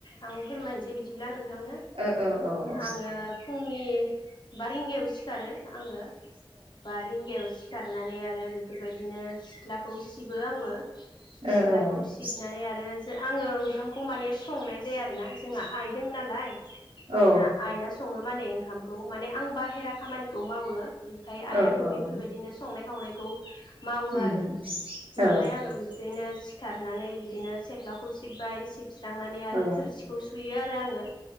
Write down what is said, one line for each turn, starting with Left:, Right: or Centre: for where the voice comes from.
Left: आं फोरमायनोसै बिदिब्ला नों थांनो
Right: ओ ओ औ
Left: आङो फुंनि बा रिंगायाव सिखारो आङो बा रिंगायाव सि खारनानै आरो बेफोरबायदिनो सिथ्ला खौ सिबो आंबो
Right: औ
Left: सिथ्लाखौ
Right: ओ ओ
Left: सिबनानै आरो आङो ओंखामखौ माने संनाय जाया आरोना जोंहा आइ दों नालाय जोंना
Right: ओ
Left: आइआ सङो माने ओंखामखौ माने आं बाहेरा खामानिखौ मावो। ओमफाय आइथ‌
Right: औ ओ औ
Left: बेफोरबायदिनो संनाय सावनायखौ मावो
Right: उम
Left: आरो बिनिखायनो
Right: औ
Left: आङो बिबदिनो खारनानै बिदिनो सेथ लाखौ सिबबाय सिब स्रांनानै आरो
Right: औ
Left: थोरसिखौ सुयो आरो आङो